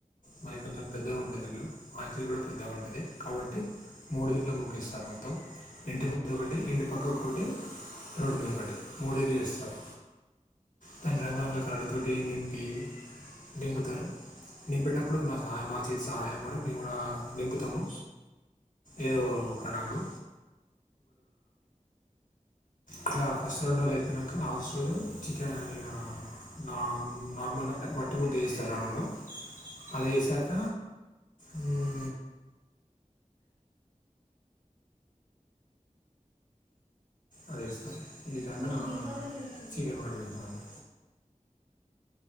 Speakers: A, on the left; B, on the right.
A: మాది కొంచెం పెద్దగా ఉంటది ఇల్లు వాకిలి కూడా పెద్దగా ఉంటది కాబట్టి మూడుదికుల ముగ్గిస్తారు మొత్తం ఒకటి ఇంటి పక్క ఒక్కొటి రోడ్డు మీద ఒకటి మూడు దగ్గర ఇస్తారు దాని రంగురంగుల కలరు తోటి నింపి నింపుతారు నింపేటప్పుడు మా సహాయం మా చేతి సహాయం కూడా మేము కూడా నింపుతాము ఏదో ఒక రంగు ఇట్లా ఫస్ట్ రెండు రోజులు అయిపోయినాక లాస్ట్ రోజు చికెన్ ఇలా నా నార్మల్ అంటే వట్టి ముగ్గ ఇస్తాన్నానమ్మ అదేసాక ఉ అది ఇస్తారు ఇజాగా
B: మీరు దీపావళి ఎలా చేసుకుంటారు
A: చికెన్ మటన్ ఇద్దామండి